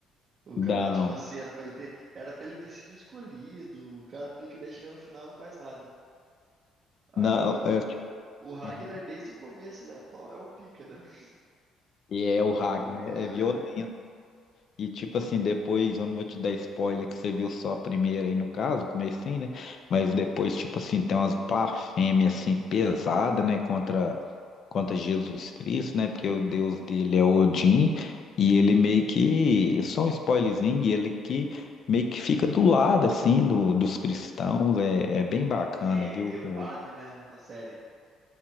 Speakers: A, on the right; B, on the left.
A: O
B: Não,
A: cara, tipo assim, era pra ele ter, era pra ele ter sido escolhido. O cara pica e daí chega no final e não faz nada. Agora
B: não,
A: o,
B: é, tipo,
A: o, o Ragnar,
B: aham.
A: desde o começo, ele é o, to- é o pica, né? <laughs>
B: E é o Ragnar,
A: É muito maneiro.
B: é violento. E tipo assim, depois, eu não vou te dar spoiler que você viu só a primeira aí no caso, comecei, né? Mas depois, tipo assim, tem umas blasfêmias assim pesadas, né, contra contra Jesus Cristo, né? Porque o Deus dele é Odin, e ele meio que só um spoilerzinho, e ele que meio que fica do lado assim do, dos cristãos, é, é bem bacana,
A: Tem,
B: viu?
A: tem o
B: O-
A: padre, né, na série.